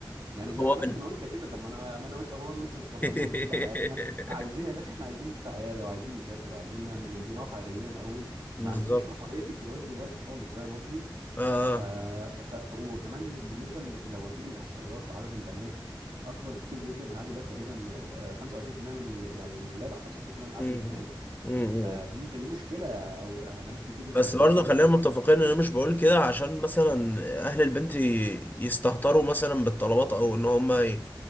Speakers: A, on the right (about 70°); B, on the left (about 20°).
A: يعني زي
B: هو
A: حالاتنا
B: بن...
A: انا وانت كده طب ما انا ما انا وانت هو لسه متخرجين
B: <laughs>
A: وبنبتدي حياتنا عايزين يا باشا احنا عايزين نفتح عياده وعايزين نسافر وعايزين نعمل ونجي نقف على رجلينا الاول
B: بالظبط
A: ما عندناش رفاهيه الجواز دلوقتي خالص فاهم قصدي
B: آه
A: ف... ف... ف... ف... وكمان بالنسبه ل... لو هتيجي الاحصائيات فعدد البنات اكبر كتير جدا من عدد الولاد تقريبا آه، 25% من ال... يعني الولاد على 25% من عدد
B: آه. م-
A: البنات
B: م-
A: فدي
B: م.
A: فدي مشكله او بنات كتير مش
B: بس
A: هيلاقوا
B: برضه خلينا متفقين ان انا مش بقول كده عشان مثلا اهل البنت ي- يستهتروا مثلا بالطلبات او ان هم ي-